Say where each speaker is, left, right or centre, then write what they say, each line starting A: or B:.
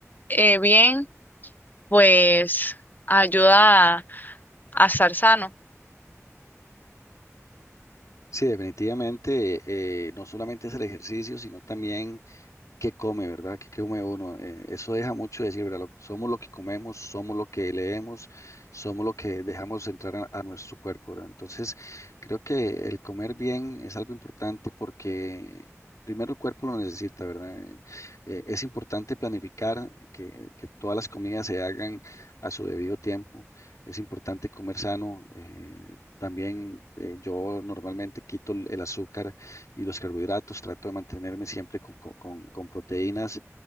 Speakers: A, on the left (about 35°); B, on the left (about 80°).
A: eh, bien, pues ayuda a, a estar sano.
B: Sí, definitivamente, eh, no solamente es el ejercicio, sino también qué come, ¿verdad? ¿Qué, qué come uno? Eh, eso deja mucho decir, ¿verdad? Lo- somos lo que comemos, somos lo que leemos, somos lo que dejamos entrar a, a nuestro cuerpo, ¿verdad? Entonces, creo que el comer bien es algo importante porque primero el cuerpo lo necesita, ¿verdad? Eh, eh, es importante planificar que, que todas las comidas se hagan a su debido tiempo. Es importante comer sano. eh, También eh, yo normalmente quito el el azúcar y los carbohidratos, trato de mantenerme siempre con, con- con- con proteínas